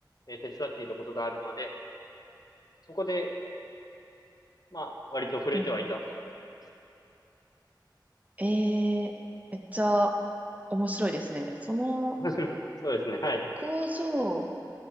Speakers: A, on the left (about 55°); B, on the right (about 20°).
A: えー手伝っていたことがあるので、そこで、まあ、割と触れてはいたのかなって思います。
B: おえー、めっちゃ面白いですね。その
A: <laughs> そうですね。はい。
B: 工場、